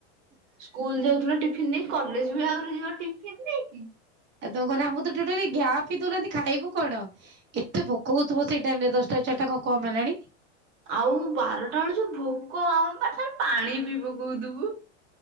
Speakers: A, on the right; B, on the right.
A: ସ୍କୁଲ ଯାଉଥିଲା ଟିଫିନ ନେଇ କଲେଜ ବେ ଆରେ ଯିବା ଟିଫନ୍ ନେଇ କି
B: ଆଉ ତଣ କହିଲ ମୁଁ ତ ଟ ଟ ଘାଆ ପିଇଉନାନ୍ତି ଖାଇବୁ କଣ ଏତେ ଭୋକଉଥିବ ସେଇ ଟାଇମ ରେ ଦଶଟା ଚାରିଟା କଣ କମ ହେଲାଣି
A: ଆଉ ବାରଟା ବେଳୁ ଯୋଉ ଭୋକ ଆମ ପାଠରେ ପାଣି ପିଇବ କୋଉଥିବୁ